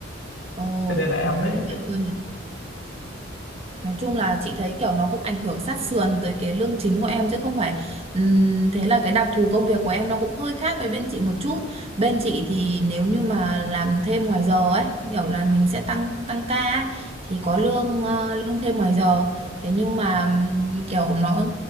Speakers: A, on the right; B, on the left.
A: Ồ,
B: thế nên là em
A: lương
B: phải kiểm
A: bạn cân Nói chung là chị thấy kiểu nó cũng ảnh hưởng sát sườn tới cái lương chính của em chứ không phải ừm, thế là cái đặc thù công việc của em nó cũng hơi khác với bên chị một chút. Bên chị thì nếu như mà làm thêm ngoài giờ ấy, kiểu là mình sẽ tăng tăng ca ấy, thì có lương ờ, lương thêm ngoài giờ. Thế nhưng
B: à,
A: mà ừm, kiểu nó